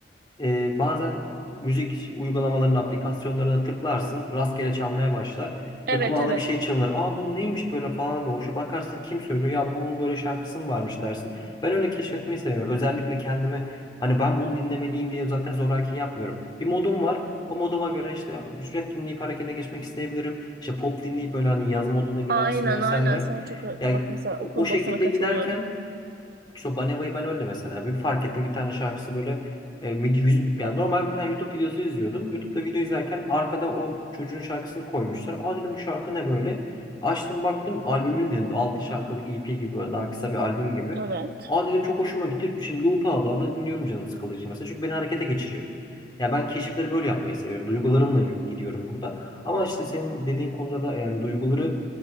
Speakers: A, on the left (about 25°); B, on the right (about 55°).
A: Ee, bazen müzik uygulamalarının aplikasyonlarına tıklarsın, rastgele çalmaya başlar
B: Evet
A: ve kulağında
B: evet.
A: bir şey çalınır. Aa bu neymiş böyle falan bir hoşa bakarsın kim söylüyor ya bunun böyle şarkısı mı varmış dersin. Ben öyle keşfetmeyi seviyorum. Özellikle kendimi hani ben bunu dinlemeliyim diye zaten zoraki yapmıyorum. Bir modum var. O moduma göre işte rap dinleyip harekete geçmek isteyebilirim. İşte pop dinleyip böyle hani yaz moduna girersin
B: Aynen
A: vesaire.
B: aynen sana çok
A: Yani
B: bak mesela
A: o
B: o konuda
A: o şekilde
B: sana katılıyorum.
A: giderken işte o Baneva'yı ben öyle mesela. Bir fark ettim bir tane şarkısı böyle e, mid- yüz- yani normal bir tane YouTube videosu izliyordum. YouTube'da video izlerken arkada o çocuğun şarkısını koymuşlar. Aa dedim bu şarkı ne böyle? Açtım baktım albümün dedim 6 şarkılık EP gibi böyle daha kısa bir albüm gibi.
B: Evet.
A: Aa dedim çok hoşuma gitti. Şimdi loop'a ala ala dinliyorum canım sıkıldığı için mesela. Çünkü beni harekete geçiriyor. Ya ben keşifleri böyle yapmayı seviyorum. Duygularımla y- gidiyorum burada. Ama işte senin dediğin konuda da yani duyguları